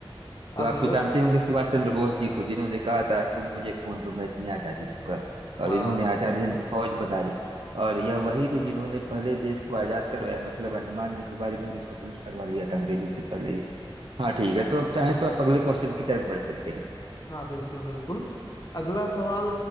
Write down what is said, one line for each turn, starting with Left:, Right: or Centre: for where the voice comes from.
Right: तो
Left: अब
Right: आप तो जानते होंगे सुभाष चंद्र बोस जी को जिन्होंने कहा था तुम मुझे खून दो मैं तुम्हें आजादी दूंगा
Left: हाँ
Right: और इन्होंने आजाद हिंद फौज बनाई और यह वही थे जिन्होंने पहले देश को आजाद करवाया मतलब अंडमान निकोबार इन्होंने स्वतंत्र करवा लिया था अंग्रेजों से पहले ही हाँ ठीक है तो अब चाहे तो आप अगले क्वेश्चन की तरफ बढ़ सकते हैं
Left: हाँ बिल्कुल बिल्कुल अगला सवाल